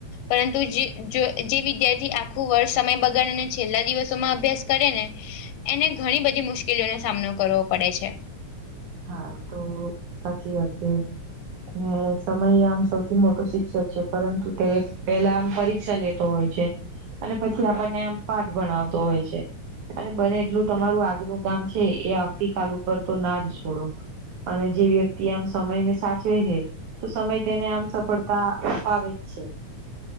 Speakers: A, on the left (about 85°); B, on the right (about 80°).
A: પરંતુ જે વિદ્યાર્થી આખું વર સમય બગાડ ને છેલ્લા દિવસોમાં અભ્યાસ કરે ને એને ઘણી બધી મુશ્કેલીઓનો સામનો કરવો પડે છે.
B: હા એ તો સાચી વાત છે. અને સમય આમ સૌથી મોટો શિક્ષક છે પરંતુ તે પેલા આમ પરી ક્ષા લેતો હોય છે અને પછી આપણને એમ પાઠ ભણાવતો હોય છે. અને બને એટલું તમારું આજનું કામ છે એ આવતીકાલ ઉપર તો ના જ છોડો, અને જે વ્યક્તિ આમ સમયને સાચવે છે તો સમય તેને આમ સફળતા અપાવે જ છે.